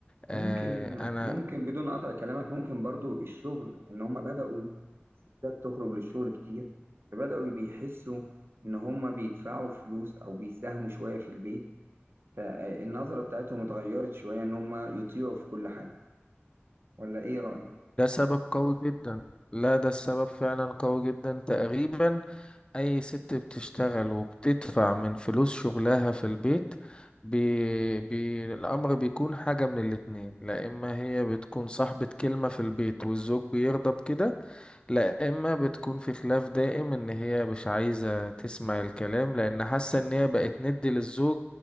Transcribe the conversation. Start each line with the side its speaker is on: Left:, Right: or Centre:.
Left: آه،
Right: ممكن
Left: انا
Right: ممكن بدون قطع كلامك ممكن برضو الشغل إن هما بدأوا الستات تخرج للشغل كتير فبدأوا بيحسوا إن هما بيدفعوا فلوس أو بيساهموا شوية في البيت فالنظرة بتاعتهم اتغيرت شوية إن هما يطيعوا في كل حاجة ولا إيه رأيك؟
Left: ده سبب قوي جدا لا ده السبب فعلا قوي جدا تقريبا اي ست بتشتغل وبتدفع من فلوس شغلها في البيت بي... بي... الامر بيكون حاجة من الاتنين لا اما هي بتكون صاحبة كلمة في البيت والزوج بيرضى بكده لا اما بتكون في خلاف دائم ان هي مش عايزة تسمع الكلام لان حاسة ان هي بقت ند للزوج